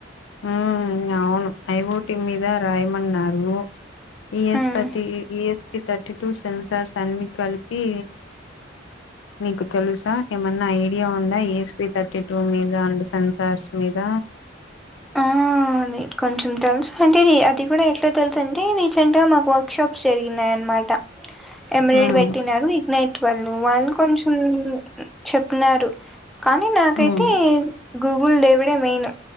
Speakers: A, on the left; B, in the centre.
A: ఉమ్ అవును ఐఓటి మీద రాయమన్నారు. ఈఎస్
B: ఉమ్
A: పటి ఈఎస్. థర్టీ టూ సెన్సార్స్ అన్ని కలిపి నీకు తెలుసా ఏమన్నా ఐడియా ఉందా ఏస్పీ టూ మీదా స చస్మిత
B: ఆ కొంచెం తెలుసు. అంటే అది కూడా ఎట్లా తెలుసు అంటే రీసెంట్ గా మాకు వర్క్ షాప్స్ జరిగినాయన్నమాట. ఎమ్మెలేడ్
A: మ్మ్
B: పెట్టినారు ఇగ్ఞత్ వాళ్ళు వాళ్ళు కొంచెం చెప్పినారు కానీ నాకైతే.
A: హ్మ్.
B: గూగుల్ దేవుడే మెయిన్.